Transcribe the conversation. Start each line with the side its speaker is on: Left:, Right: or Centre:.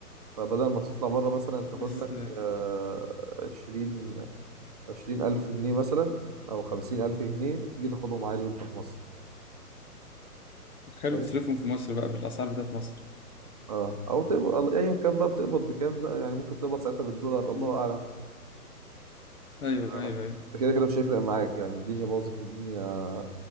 Right: فبدل ما تطلع بره مثلا تاخد
Left: بس
Right: لك آه، عشرين عشرين ألف جنيه مثلا أو خمسين ألف جنيه تيجي تاخدهم عادي وأنت في مصر
Left: خلوا
Right: فاهم؟
Left: تصرفهم في مصر بقى بالاسعار بتاعت مصر
Right: اه أو تقبض أيا كان بقى بتقبض بكام بقى يعني ممكن تقبض ساعتها بالدولار الله
Left: مم.
Right: أعلم
Left: ايوه
Right: اه
Left: ايوه ايوه
Right: كده كده مش هيفرق معاك يعني الدنيا باظت الدنيا